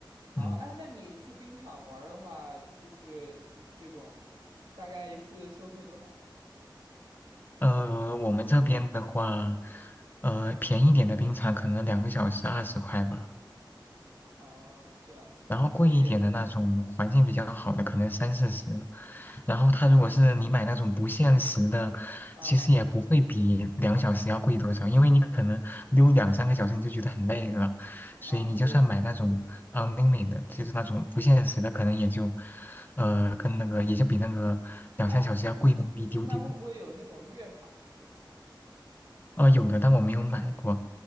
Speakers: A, on the right; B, on the left.
A: 啊哎，
B: 嗯，
A: 那你去冰场玩儿的话，就是就是这种，大概一次收费多少钱？
B: 呃，我们这边的话，呃，便宜点的冰场可能两个小时二十块吧。
A: 哦，这样子也也，
B: 然后贵一点的那种环境比较好的，可能三四十。然后它如果是你买那种不限时的，
A: 嗯。
B: 其实也不会比两小时要贵多少，因为你可能溜两三个小时你就觉得很累了，所以你就算买那种嗯
A: 嗯，对，
B: n l i m i 就是那种不限时的，可能也就，呃，跟那个也就比那个两三小时要贵那么一丢丢。
A: 哎，那它会不会有那种月卡之类的？
B: 呃，有的，但我没有买过，